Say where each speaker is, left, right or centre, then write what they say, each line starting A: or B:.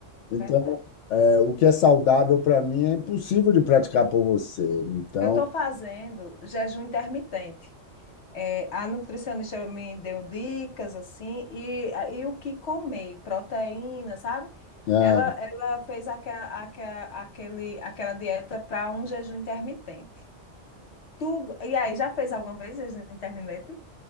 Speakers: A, on the left; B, on the left.
A: Então,
B: é verdade.
A: é, o que é saudável para mim é impossível de praticar por você. Então,
B: Eu estou fazendo jejum intermitente. É, a nutricionista me deu dicas assim, e, e o que comer, proteína, sabe?
A: é,
B: Ela, ela fez aquela, aquela, aquele, aquela dieta para um jejum intermitente. Tu, e aí, já fez alguma vez jejum intermitente?